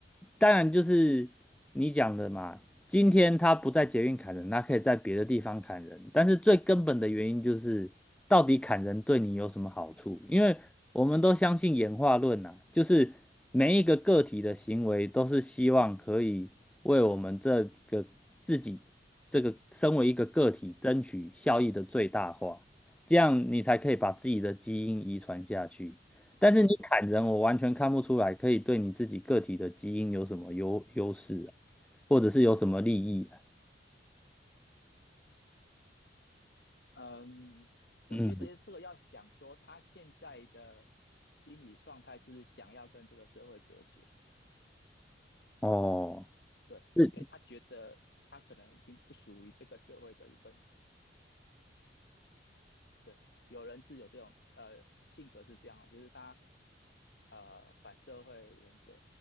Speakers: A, in the centre; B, on the left.
A: 当然就是你讲的嘛，今天他不在捷运砍人，他可以在别的地方砍人，但是最根本的原因就是到底砍人对你有什么好处？因为我们都相信演化论呐、啊就是每一个个体的行为都是希望可以为我们这个自己这个身为一个个体争取效益的最大化。这样你才可以把自己的基因遗传下去。但是你砍人，
B: 嗯。
A: 我完全看不出来可以对你自己个体的基因有什么优优势啊，或者是有什么利益啊。
B: 嗯，我觉得这个要想说他现在的
A: 嗯，
B: 心理状态是想要跟这个社会隔绝，
A: 哦，
B: 对，
A: 是
B: 因为他觉得他可能已经不属于这个社会的一份子，对，有人是有这种呃性格是这样，就是他呃反社会人格，